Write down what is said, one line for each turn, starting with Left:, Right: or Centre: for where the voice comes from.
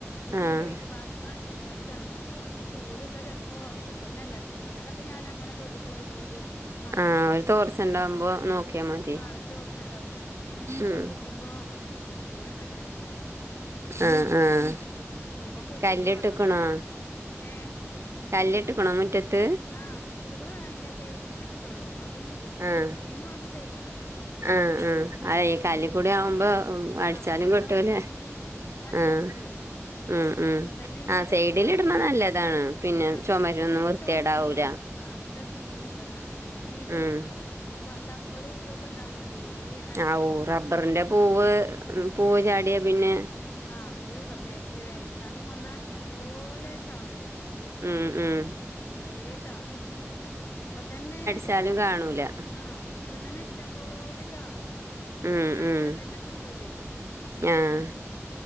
Left: പിന്നെ
Right: ആഹ്
Left: ഈ ബേക്ക് ഭാകത്ത്ക്കാണ് ഇഷ്ടം പോലെ ചമ്മല് ണ്ടാ കാ അപ്പൊ ചൂല് ട്താ ചെൽപ്പോ കിട്ടന്നെല്ല ട്ച്ചാൻ ഇന്നലെ ഒക്കെ ഞാൻ അങ്ങനെ തോണ്ടി തോണ്ടി തോണ്ടി. അടിച്ചു
Right: ആഹ് ഒരു തോർച്ച ഉണ്ടാവുമ്പോ നോക്കിയാ മതി
Left: ആ ഒരു ചോർച്ച ഉണ്ടാവുമ്പളെ ഇപ്പൊ
Right: ഉം
Left: നോക്കുമ്പോ. തീരെ പറ്റണില്ല.
Right: ആഹ് ആഹ്
Left: ഇനിയിപ്പോ കുളിച്ചണെങ്കി
Right: കല്ലിട്ക്കണോ.
Left: വെള്ളം വന്നിട്ട് ഏഹ്
Right: കല്ല്ട്ട്ക്ക്ണോ മുറ്റത്ത്.
Left: ആ മുറ്റത് കൂടെ ഇല്ല. സൈഡ് കൂടെ ഇട്ട്ട്ടൊള്ളൂ അത് ഈ മ
Right: ആഹ്
Left: - തെർച്ച്ണീന് വാണ്ടി സൈഡ് കൂടിട്ട്ട്ടുള്ളൂ പിന്നെ
Right: ആഹ്
Left: കല്ലൊന്നും
Right: ആഹ്
Left: ഇട്ട്ട്ടില്ല
Right: അതെ കല്ല്
Left: ഉം
Right: കൂടി ആവുമ്പോ
Left: ആ
Right: അടിച്ചാലും
Left: കല്ല് കൂടാകുമ്പോ
Right: കൊട്ടൂല
Left: തീരീം അടിച്ചാമ്
Right: ആഹ്
Left: കിട്ടൂലേ.
Right: ഉം ഉം
Left: ഇന്ന്ട്ടെന്നെ
Right: ആഹ്
Left: ഈ ബേക്ക്
Right: സൈഡിൽ
Left: ഭാഗം
Right: ഇടണ നല്ലതാണ് പിന്നെ
Left: ആ
Right: ചുമരൊന്നും
Left: സൈഡില്
Right: വൃത്തികേടാവൂല
Left: ചൊമര്മ്മക്കെത്ത്- ആഹ് തെറിച്ച്ണീന് ഇട്ടതാണ്. പിന്നെ ഈ സൈഡ്
Right: ഉം
Left: ഡബറും ഇതൊക്കെ ഇണ്ടാവോണ്ടേയ് ഏ. -
Right: ആവൂ റബ്ബറിന്റെ പൂവ് ഇമ് പൂവ് ചാടിയാ പിന്നെ-
Left: ആഹ അത് വ മറ്റേ വേനൽകാലം വന്നാ ഇഷ്ടംപോലെ ചാടും. പൂവും,
Right: ഉം
Left: എലീം
Right: ഉം
Left: കൊറേ ചാടും. ഇപ്പ തന്നെ
Right: ച്ചാലും കാണൂലാ
Left: ആഹ് ഇപ്പ തന്നെ ഇഷ്ടം പോലെ ചാടും.
Right: ഉം
Left: എന്നിട്ടന്നെ അടിച്ചാൽ
Right: ഉം
Left: തന്നെ കിട്ടൂലേ.
Right: ആഹ്